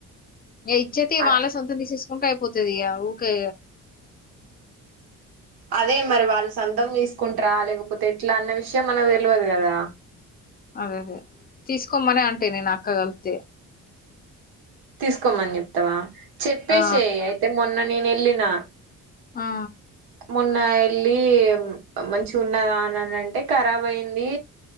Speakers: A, on the left (about 25°); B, on the right (about 80°).
A: ఇచ్చేతే
B: అ-
A: వాళ్ళ సొంతం తీసేసుకుంటే అయిపోతాది ఇగ ఊకే.
B: అదే మరి వాళ్ళు సొంతం తీసుకుంటారా లేకపోతే ఎట్లా అన్న విషయం మనకు తెలియదు కదా.
A: అదే అదే తీసుకోమ్మనే అంటే నేను అక్కగలితే.
B: తీసుకోమ్మని చెప్తావా చెప్పేసే
A: ఆ
B: అయితే మొన్న నేను వెళ్ళిన.
A: ఆ.
B: మొన్న వెళ్ళి మంచి ఉన్నదా అని అంటే ఖరాబ్ అయింది.